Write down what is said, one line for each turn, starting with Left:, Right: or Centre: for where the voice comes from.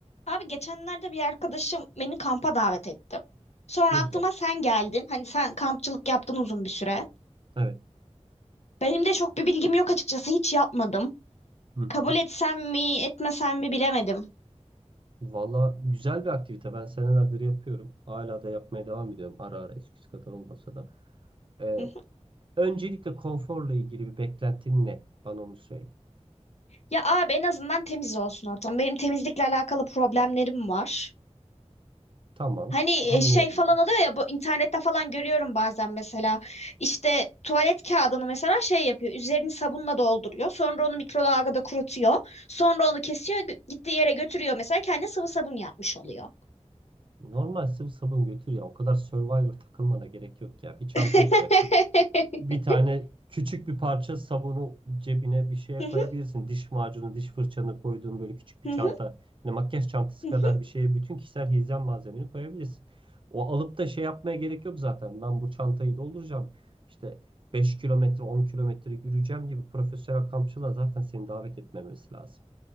Left: Abi geçenlerde bir arkadaşım beni kampa davet etti. Sonra
Right: Ne
Left: aklıma
Right: güzel.
Left: sen geldin. Hani sen kampçılık yaptın uzun bir süre.
Right: Evet.
Left: Benim de çok bir bilgim yok açıkçası. Hiç yapmadım.
Right: Hı hı.
Left: Kabul etsem mi, etmesem mi bilemedim.
Right: Valla güzel bir aktivite. Ben senelerdir yapıyorum. Hala da yapmaya devam ediyorum. Ara ara eskisi kadar olmasa da. Ee,
Left: Hı hı.
Right: öncelikle konforla ilgili bir beklentin ne? Bana onu söyle.
Left: Ya abi en azından temiz olsun ortam. Benim temizlikle alakalı problemlerim var.
Right: Tamam.
Left: Hani e,
Right: Anlayabilirim.
Left: şey falan oluyor ya bu internette falan görüyorum bazen mesela işte tuvalet kağıdını mesela şey yapıyor üzerini sabunla dolduruyor sonra onu mikrodalgada kurutuyor sonra onu kesiyor gö- gittiği yere götürüyor mesela kendi sıvı sabun yapmış oluyor.
Right: Normal sıvı sabun götür ya. O kadar Survivor takılmana gerek yok ya. Bir çanta
Left: <laughs>
Right: yapacaksın. bir tane küçük bir parça sabunu cebine bir şeye
Left: Hı hı,
Right: koyabilirsin. Diş macunu, diş fırçanı koyduğun böyle küçük
Left: hı
Right: bir çanta.
Left: hı,
Right: Hani makyaj çantası
Left: hı hı.
Right: kadar bir şeye bütün kişisel hijyen malzemeni koyabilirsin. O alıp da şey yapmaya gerek yok zaten. Ben bu çantayı dolduracağım. İşte 5 kilometre, 10 kilometre yürüyeceğim gibi profesyonel kampçılığa zaten seni davet etmemesi lazım.